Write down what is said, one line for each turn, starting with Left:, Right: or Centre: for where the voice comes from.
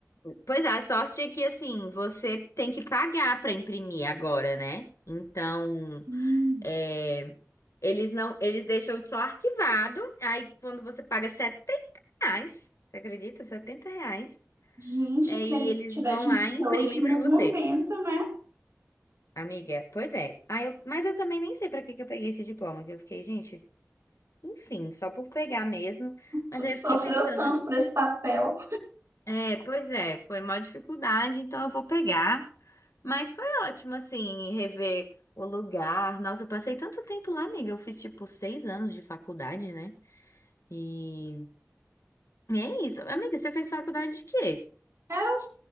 Left: Pois é, a sorte é que assim, você tem que pagar para imprimir agora, né? Então,
Right: Hum.
Left: é, eles não, eles deixam só arquivado. Aí quando você paga 70 reais, você acredita? setenta reais.
Right: Gente,
Left: Aí
Right: quero
Left: eles
Right: tirar
Left: vão
Right: dinheiro
Left: lá
Right: até
Left: e imprimem
Right: o último
Left: para você.
Right: momento, né?
Left: Amiga, pois é. Aí eu- mas eu também nem sei para que que eu peguei esse diploma, que eu fiquei, gente, enfim, só por pegar mesmo. Mas
Right: Tu
Left: aí eu fiquei
Right: sofreu
Left: pensando,
Right: tanto por esse papel.
Left: é, pois é, foi maior dificuldade, então eu vou pegar. Mas foi ótimo, assim, rever o lugar. Nossa, eu passei tanto tempo lá, amiga. Eu fiz, tipo, seis anos de faculdade, né? E e é isso. Amiga, você fez faculdade de quê?
Right: Eu